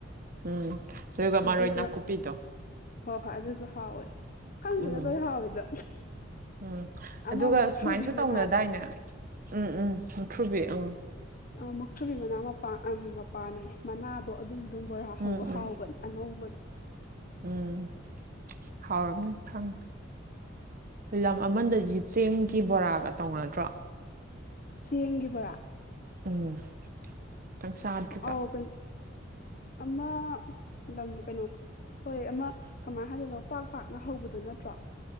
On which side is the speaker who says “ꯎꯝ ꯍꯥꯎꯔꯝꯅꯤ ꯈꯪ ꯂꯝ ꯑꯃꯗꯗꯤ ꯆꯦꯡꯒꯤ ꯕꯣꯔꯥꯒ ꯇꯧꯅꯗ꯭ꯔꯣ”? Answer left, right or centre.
Right